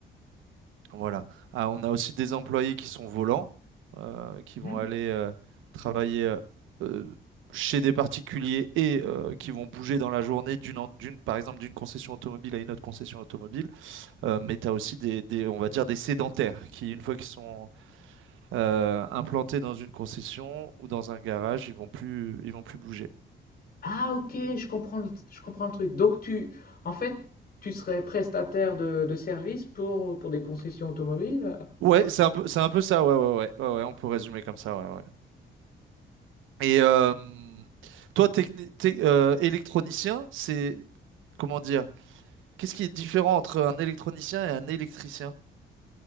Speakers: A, on the right; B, on the left.
A: Voilà. Ah, on a aussi des employés qui sont volants, euh, qui vont
B: Hmm
A: aller euh, travailler euh, euh, chez des particuliers et euh, qui vont bouger dans la journée d'une, en- d'une, par exemple, d'une concession automobile à une autre concession automobile. Euh, mais tu as aussi des, des- on va dire, des sédentaires qui, une fois qu'ils sont euh, implantés dans une concession ou dans un garage, ils vont plus, ils vont plus bouger.
B: Ah ok, je comprends, le- je comprends le truc. Donc tu, en fait, tu serais prestataire de, de services pour, pour des concessions automobiles.
A: Ouais, c'est un peu, c'est un peu ça. Ouais, ouais, ouais, ouais, ouais, on peut résumer comme ça. ouais, ouais. Et euh, toi, techni- tec- euh, électronicien, c'est comment dire? Qu'est-ce qui est différent entre un électronicien et un électricien?